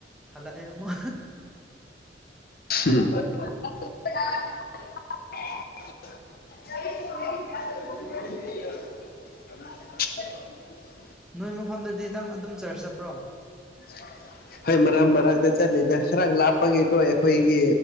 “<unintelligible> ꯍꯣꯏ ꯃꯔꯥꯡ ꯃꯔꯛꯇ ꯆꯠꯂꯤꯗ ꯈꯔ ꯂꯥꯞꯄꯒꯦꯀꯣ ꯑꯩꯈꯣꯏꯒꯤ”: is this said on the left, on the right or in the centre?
Left